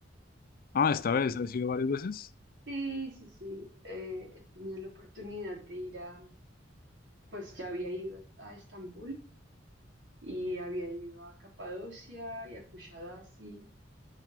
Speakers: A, on the left; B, on the right.
A: Ah, esta vez, ¿has ido varias veces?
B: Sí, sí, sí. eh, he tenido la oportunidad de ir a, pues ya había ido a Estambul y había ido a Capadocia y a Kushadasi.